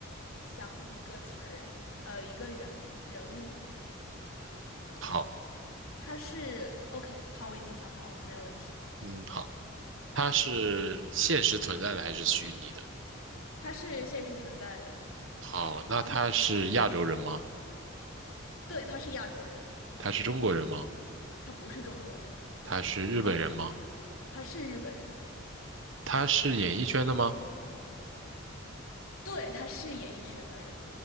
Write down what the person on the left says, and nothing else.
想一个词儿，呃，一个人人物，
他是 OK，好，我已经想好了，没有问题，
他是现实存在的，
对，他是亚洲人，
他不是中国人，
他是日本人，
对，他是演艺圈的人，